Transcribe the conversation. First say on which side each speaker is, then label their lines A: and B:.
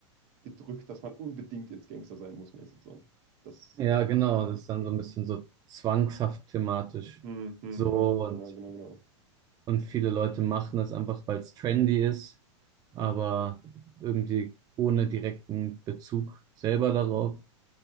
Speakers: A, on the right; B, on the right.
A: gedrückt, dass man unbedingt jetzt Gangster sein muss, mäßig so. Das
B: ja, genau.
A: finde ich
B: Das
A: nicht
B: ist
A: so
B: dann
A: schön.
B: so ein bisschen so zwangshaft thematisch.
A: Hm, hm,
B: So
A: hm.
B: und,
A: Genau, genau, genau.
B: und viele Leute machen das einfach, weil es trendy ist, aber
A: Hm, hm.
B: irgendwie ohne direkten Bezug selber darauf.